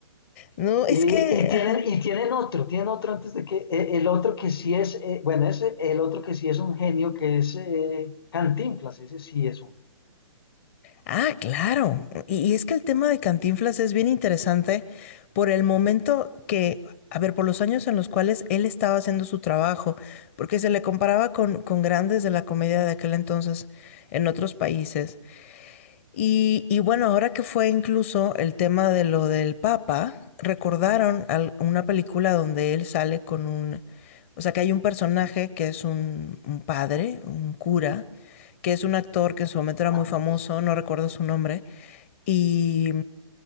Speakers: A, on the left (about 25°); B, on the left (about 50°).
A: No,
B: Y,
A: es que...
B: y tienen,
A: ajá.
B: y tienen otro, tienen otro antes de que, eh, el otro que sí es, eh, bueno, ese, el otro que sí es un genio, que es eh, Cantinflas, ese sí es un
A: Ah, claro. Y, y es que el tema de Cantinflas es bien interesante por el momento que, a ver, por los años en los cuales él estaba haciendo su trabajo, porque se le comparaba con, con grandes de la comedia de aquel entonces en otros países. Y, y bueno, ahora que fue incluso el tema de lo del Papa, recordaron al- una película donde él sale con un, o sea, que hay un personaje que es un, un padre, un cura, que es un actor que en su momento era
B: Ah,
A: muy famoso,
B: sí.
A: no recuerdo su nombre, y,